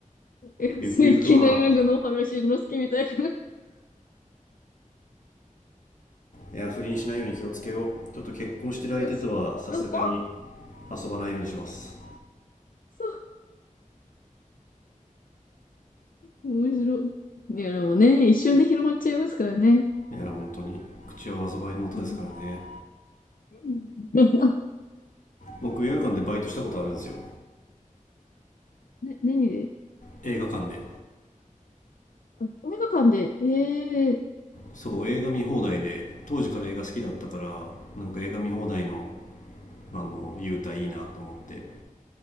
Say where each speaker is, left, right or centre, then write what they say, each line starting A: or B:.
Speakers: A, on the left; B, on the left.
A: えいきなりなんか野原しんのすけみたいな。
B: ゆくゆくはいや不倫しないように気をつけようちょっと結婚してる相手とはさすがに
A: <laughs> そこ
B: 遊ばないようにします
A: そう、面白い。いや、でもね、一瞬で広まっちゃいますからね。
B: いや本当に口は災いのもとですからね
A: うん。<laughs>
B: 僕映画館でバイトしたことあるんですよ
A: ね、何で
B: 映画館で
A: あ映画館で、えー、
B: そう映画見放題で当時から映画好きだったからなんか映画見放題のあの優待いいなと思って